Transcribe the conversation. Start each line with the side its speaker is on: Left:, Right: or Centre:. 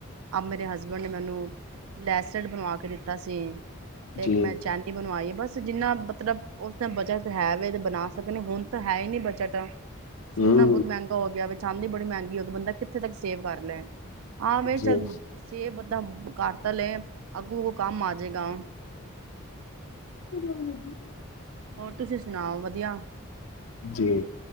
Right: ਆਪ ਮੇਰੇ ਹਸਬੈਂਡ ਨੇ ਮੈਨੂੰ ਬਰੈਸਲੈਟ ਬਣਵਾ ਕੇ ਦਿੱਤਾ ਸੀ ਤੇ
Left: ਜੀ
Right: ਇੱਕ ਮੈਂ ਚਾਂਦੀ ਬਣਵਾਈ ਐ ਬਸ ਜਿੰਨਾ ਮਤਲਬ ਉਸ ਟਾਈਮ ਬਚਤ ਹੈ ਵ ਤੇ ਬਣਾ ਸਕਣੇ ਹੁਣ ਤਾਂ ਹੈ ਹੀ ਨੀ ਬਜਤ ਸੋਨਾ
Left: ਹਮ
Right: ਬਹੁਤ ਮਹਿੰਗਾ ਹੋ ਗਿਆ ਵੇ ਚਾਂਦੀ ਬੜੀ ਮਹਿੰਗੀ ਹੋਵੇ ਬੰਦਾ ਕਿੱਥੇ ਤੱਕ ਸੇਵ ਕਰ ਲੈ ਹਾਂ ਬਈ
Left: ਜੀ
Right: ਚੱਲ ਸੇਬ ਦਾਂ ਕਰਤਾ ਲਏ ਅੱਗੂ ਕੰਮ ਆਜੇਗਾ
Left: ਹਮ <unintelligible>
Right: ਹੋਰ ਤੁਸੀਂ ਸੁਣਾਓ ਵਧੀਆ।
Left: ਜੀ